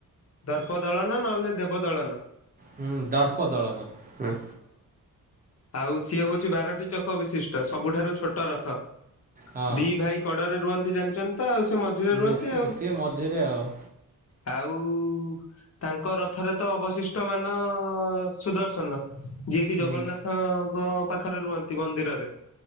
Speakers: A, on the left (about 45°); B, on the right (about 25°).
A: ଦର୍ପଦଳନ ନହେଲେ ଦେବଦଳନ।
B: ହୁଁ ଦର୍ପଦଳନ ହଁ।
A: ଆଉ ସିଏ ହଉଛି ବାରଟି ଚକ ବିଶିଷ୍ଟ, ସବୁଠାରୁ ଛୋଟ ରଥ।
B: ହଁ
A: ଦି ଭାଇ କଡରେ ରୁହନ୍ତି ଜାଣିଛନ୍ତି ତ ଆଉ, ସିଏ ମଝିରେ ରୁହନ୍ତି
B: ନିଶ୍ଚିତ
A: ଆଉ।
B: ସିଏ ମଝିରେ ଆଉ
A: ଆଉ ତାଙ୍କ ରଥରେ ତ ଅବଶିଷ୍ଟ ମାନ ଅ ସୁଦର୍ଶନ। ଯିଏକି
B: ହୁଁ।
A: ଜଗନ୍ନାଥଙ୍କ ପାଖରେ ରୁହନ୍ତି ମନ୍ଦିରରେ।